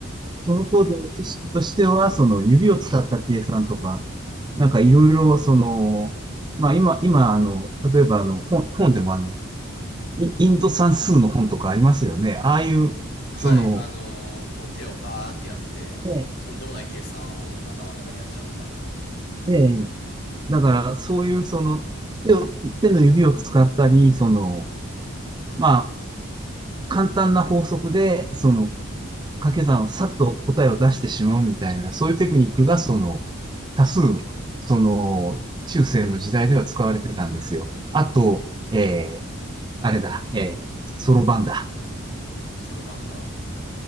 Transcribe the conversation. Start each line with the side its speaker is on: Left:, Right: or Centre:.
Right: その方での知識としては、その指を使った計算とか、なんかいろいろ、その、まあ今、今、あの、例えばあの、本、本でもあの、イインド算数の本とかありますよね。ああいう、
Left: はい、
Right: その、
Left: あのーこう手をパーってやって、
Right: え
Left: とんでもない計算をなんか頭の中でやっちゃうみたいな。
Right: え、ええだからそういうその、手を手の指を使ったり、その、まあ、簡単な法則で、その、掛け算をさっと答えを出してしまうみたいな、そういうテクニックが、その、多数、その、中世の時代では使われてたんですよ。あと、えー、あれだ、えー、そろばんだ。
Left: そろばんか。